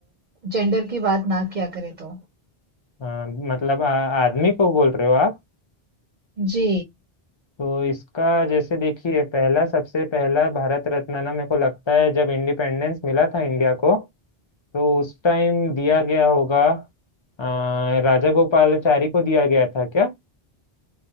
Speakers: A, on the right (about 50°); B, on the left (about 35°).
A: जेंडर की बात ना किया करें तो
B: हाँ, मतलब आ- आदमी को बोल रहे हो आप
A: जी
B: तो इसका जैसे देखिए पहला सबसे पहला भारत रत्न ना मेरे को लगता है जब इंडिपेंडेंस मिला था इंडिया को तो उस टाइम दिया गया होगा अ, राजा गोपालाचारी को दिया गया था क्या